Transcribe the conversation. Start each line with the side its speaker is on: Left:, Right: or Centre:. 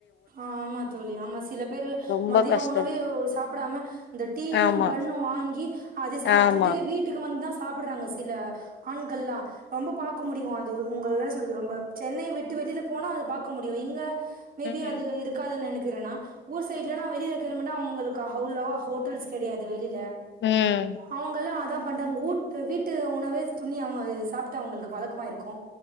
Right: ஆமா தோழி ஆமா சில பேரு
Left: ரொம்ப
Right: மதி ய
Left: கஷ்டோ
Right: உணவே சாப்டாம இந்த டீயும்
Left: ஆமா
Right: பண்ணு வாங்கி அது சாப்ட்டுட்டு
Left: ஆமா
Right: வீட்டுக்கு வந்துதா சா சாப்புறாங்க சில ஆண்கள்லா ரொம்ப பாக்க முடியு அது உங்கள ஸ் சொல்லது ரொம்ப சென்னை விட்டு வெளியில போனா அது பாக்க முடியு இங்க மேபி
Left: ம்
Right: அது இருக்காதுன் எனக் கிரணா ஊர் சைட்லல்லா வெளில கெளம்பானா அவங்களுக்கு அவ்லவா ஹோட்டல்ஸ் கெடையாது வெளில
Left: ம்.
Right: அவங்கல்லா அதா பட் அவங்க ஊட்டு வீட்டு உணவே துணி அவங்க சாப்ட்டு அவங்களுக்கு பழக்கமாய்ருக்கு